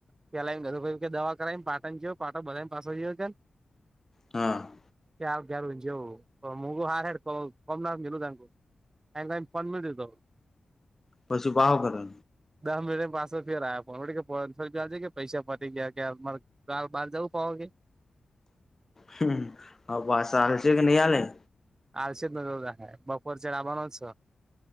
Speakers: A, on the right; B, on the left.
A: પલાયને એધું ક કે દવા કરાવી પાટણ જયો પાટો બાંધી પાછો જોયો કેમ
B: હા.
A: ક્યાાર કું જેવું મુગું હાર કોમના મલું ત. ક કઈ ફોનમે દતો.
B: પછી ભાવ કરે.
A: દસ મિટ પાછસે ફેર આ્યા ફોન કેજે કે પૈસા પરી ગયા કેમાર ઘ બહાર જવું પાઓે.
B: હ હ, પાસ આલ છે કે ન આલેે?
A: આલશે જ નજરે બપોર છે ડાબાનો છ.